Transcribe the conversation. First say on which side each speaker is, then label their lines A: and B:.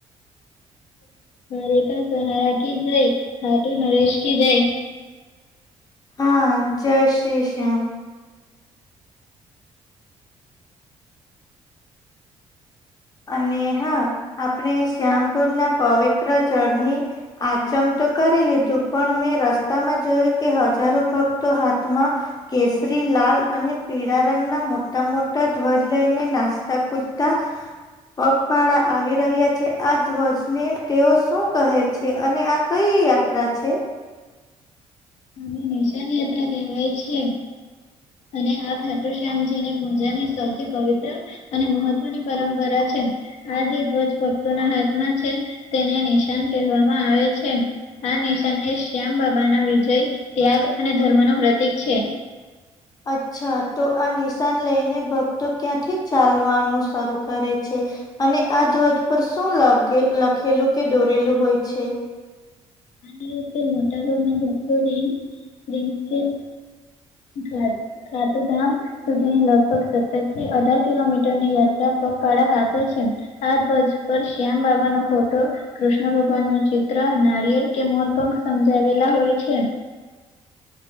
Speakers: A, on the left (about 80°); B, on the left (about 35°).
A: રે પા સહારા કી જાય હાટુ નરેશ કી જય.
B: હા જય શ્રી શ્યામ. અને હા આપણે શ્યામકુળ ના પવિત્ર જળની આચમ તો કરી લીધું પણ મેં રસ્તામાં જોયું કે હજારો ભક્તો હાથમાં. કેસરી લાલ અને પીળા રંગના મોટા મોટા ધ્વજ લઈને નાચતા કૂદતા. પગપાળા આવી રહ્યા છે આ ધ્વજને તેઓ શું કહે છે અને આ કઈ યાદ ત્રા છે.
A: અને નિશાન યાત્રા કહેવાય છે એમ અને આ ખાટુ શ્યામજીની પૂજાની સૌથી પવિત્ર. અને મહત્વની પરંપરા છે. આ જે ધ્વજ ભક્તોના હાથમાં છે તેને નિશાન કહેવામાં આવે છે. આ નિશાન એ શ્યામ બાબા ના વિજય ત્યાગ અને ધર્મ ન પ્રતીક છે.
B: અચ્છા તો આ નિશાન લઈને ભક્તો ક્યાંથી ચાલવાનું શરૂ કરે છે. અને આ ધ્વજ પર શું લાગે લખેલું કે દોરેલું હોય છે.
A: મોટા ભાગના ભક્તો રીમ જીમ ઘા રાતું ધામ. સુધીની લગભગ સત્તર થી અઢાર કિલોમીટર ની યાત્રા પગપાળાક આપે છે. આ ધ્વજ પર શ્યામ બાબા નો ફોટો કૃષ્ણ ભગવાન નું ચિત્ર નાિયેર કે મોર. પક સમજાવેલા હોય છે.